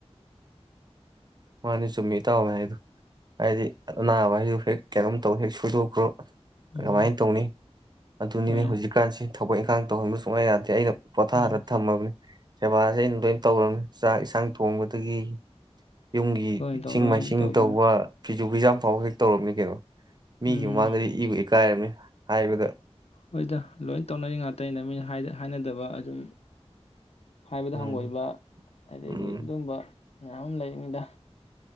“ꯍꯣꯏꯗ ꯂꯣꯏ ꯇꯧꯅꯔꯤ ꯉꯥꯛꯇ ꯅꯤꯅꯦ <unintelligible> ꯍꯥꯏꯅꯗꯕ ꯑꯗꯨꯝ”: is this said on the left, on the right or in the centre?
Left